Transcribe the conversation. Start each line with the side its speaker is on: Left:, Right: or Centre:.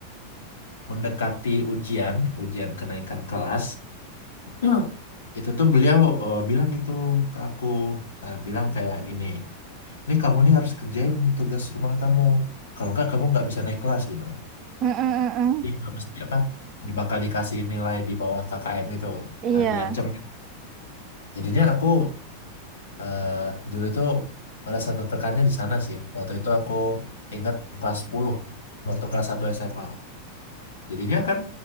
Left: mendekati ujian, ujian kenaikan kelas, <clears throat> itu tuh beliau eh, bilang itu ke aku, eh, bilang kayak gini. Ini kamu nih harus kerjain tugas rumah kamu. Kalau nggak kamu nggak bisa naik kelas gitu.
Right: Mm-mm, mm-mm.
Left: Jadi nggak mesti apa di- bakal dikasih nilai di bawah KKM gitu.
Right: Iya.
Left: Nah, diancam. Jadinya aku eh, dulu itu merasa tertekannya di sana sih. Waktu itu aku ingat kelas sepuluh. waktu kelas 1 SMA. Jadinya kan